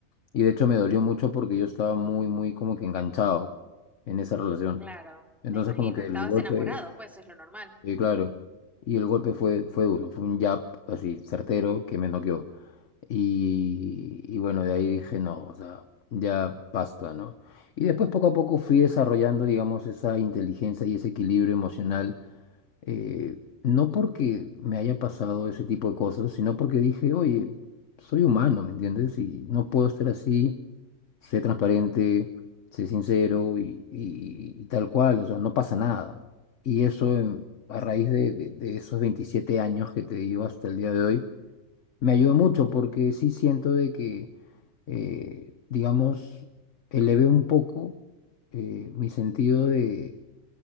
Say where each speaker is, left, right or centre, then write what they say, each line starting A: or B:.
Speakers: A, on the left (about 55°); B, in the centre.
A: Y de hecho me dolió mucho porque yo estaba muy, muy como que enganchado en esa relación.
B: Claro,
A: Entonces
B: me imagino,
A: como que
B: estabas
A: el golpe...
B: enamorado, pues es lo normal.
A: Sí, claro. Y el golpe fue, fue duro, fue un jab así certero que me noqueó. Y, y bueno, de ahí dije, no, o sea, ya basta, ¿no? Y después poco a poco fui desarrollando, digamos, esa inteligencia y ese equilibrio emocional, eh, no porque me haya pasado ese tipo de cosas, sino porque dije, oye, soy humano, ¿me entiendes? Y no puedo estar así sé transparente, sé sincero y, y- y tal cual, o sea, no pasa nada. Y eso em, a raíz de, de- de esos 27 años que te digo hasta el día de hoy, me ayudó mucho porque sí siento de que, eh, digamos, elevé un poco eh, mi sentido de,